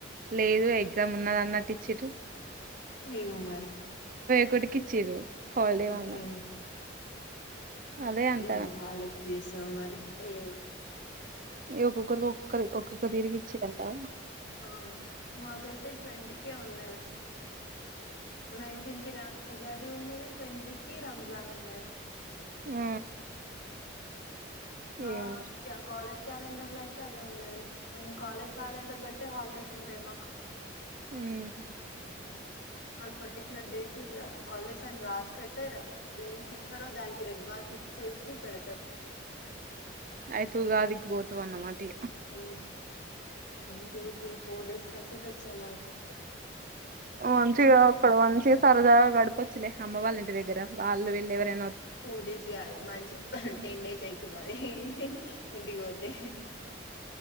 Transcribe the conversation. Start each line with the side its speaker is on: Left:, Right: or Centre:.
Right: లేదు ఎగ్జామ్ ఉన్నది అన్నట్టు ఇచ్చిర్రు.
Left: ఏమో మరి
Right: ఒకక్కటికి ఇచ్చారు హాలిడే
Left: ఓకే
Right: వల్ల అదే అంటాను
Left: ఏమో వాళ్ళు ఎప్పుడు చేసారు మరి ఏ
Right: ఏ కుక్క కుక్క క్కక్క ర్తిరిగి వచ్చిందంటే
Left: ఆ మాకైతే ట్వంటీకే ఉన్నది నైన్టీన్ కి రా ఉుగాది ఉన్నది ట్వంటీకిి రంజాన్ ఉన్నది
Right: ఆ
Left: మా
Right: ఏమో
Left: కాలేజ్ క్యాలెండర్ లో అయితే అదే ఉన్నది కాలేజ్ క్యాలెండర్ బట్టే హాలిడేస్ ఉంటాయి మాకు
Right: ఉహు
Left: మ్మ్మ్మ్ వాళ్ళ పర్టిక్యులర్ డేకి హాలిడేస్ అని రాసి పెట్టే అదే ఇస్తారో దానికి రెగ్మార్ కి ఇచ్చేసి పెడతార
Right: ఆయితుగా అదిక్ పోతు అన్న మాటి
Left: హ one two three four days కలిసది వచ్చే మనకు
Right: వన్ంచిిగాక్కడు వంంచిగా సారదా గడపచ్చిలే అమ్మ వాళంటిగ్గర వాళ వెళ్ళ ఎవరనా
Left: ఫోర్ డేస్ కాదు మంచి టెన్ డేస్ అయితు మది ఇంటికి పోతే